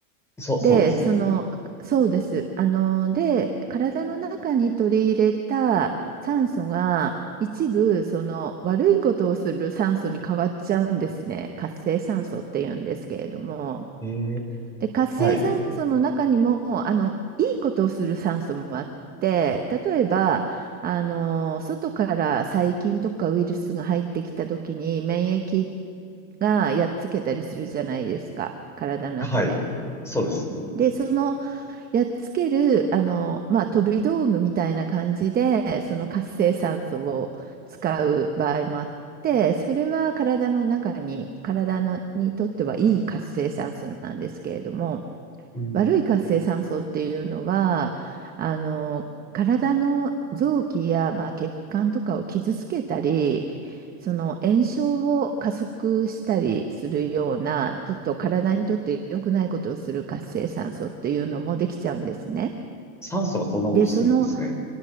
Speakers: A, in the centre; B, on the right (about 20°).
A: う。そう、
B: で、
A: そうですね。
B: その、そうです。あの、で、体の中に取り入れた酸素が一部、その悪いことをする酸素に変わっちゃうんですね。活性酸素って言うんですけれども。
A: えー、
B: で、活性酸素の中にも、
A: はい。
B: あの、いいことをする酸素もあって、例えば、あの、外から細菌とかウイルスが入ってきた時に免疫がやっつけたりするじゃないですか、体の中で。
A: はい。そうですね。
B: で、そのやっつける、あの、まあ、飛び道具みたいな感じで、その活性酸素を使う場合もあって、それは体の中に、体のにとってはいい活性酸素なんですけれども、
A: うん。
B: 悪い活性酸素っていうのは、あの、体の臓器や、まあ、血管とかを傷つけたり、その炎症を加速したりするような、ちょっと体にとって良くないことをする活性酸素っていうのもできちゃうんですね。
A: 酸素がそんなことするんですね。
B: で、その、